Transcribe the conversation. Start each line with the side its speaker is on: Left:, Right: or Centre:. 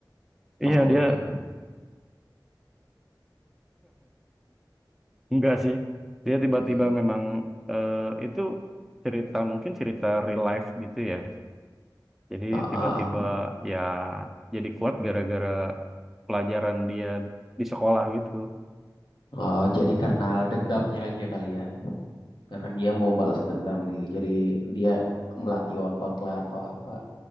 Left: Tokoh
Centre: Iya, dia
Left: utama
Centre: enggak sih. Dia tiba-tiba
Left: Hmm.
Centre: memang eh, itu cerita mungkin cerita real life gitu ya. Jadi
Left: Ah,
Centre: tiba-tiba
Left: ah.
Centre: ya jadi kuat gara-gara pelajaran dia di sekolah gitu.
Left: Oh, jadi karena dendamnya aja kali ya. Karena dia mau balas dendam nih. Jadi dia melatih otot lah atau apa.